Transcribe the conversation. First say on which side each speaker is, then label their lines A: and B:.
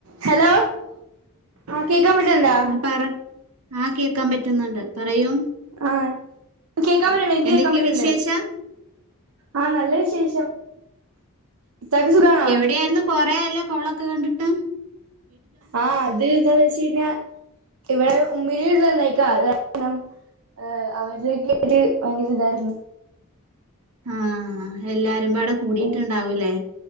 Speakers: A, on the right; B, on the right.
A: Hello കേക്കാൻ പറ്റണ്ടാ
B: ആ പറ ആ കേ ക്കാൻ പറ്റ്ന്ന്ണ്ട് പറയു
A: ആ കേക്കാൻ പറ്റ്ണ്ട് എനിക്ക്
B: എന്തൊക്കെയ
A: കേക്കാൻ പറ്റ്ണ്ട്
B: വിശേഷം
A: ആ നല്ല വിശേഷം ഇത്താക്ക് സുഖാണോ
B: എവിടെയായിരുന്നു കൊറെ ആയല്ലോ കോളൊക്കെ കണ്ട്ട്ട്
A: ആ അത് എന്താന്ന് വെച്ച് കഴിഞ്ഞാ ഇവടെഉമ്മീടെ സ്ത്രീ വന്നേക്കാഅത് കാരണം അവരൊക്കെ ഭയങ്കര ഇതായിരുന്നു
B: ആ എല്ലാരും ബാടെ കൂടിട്ടുണ്ടാവുംലെ
A: ഉം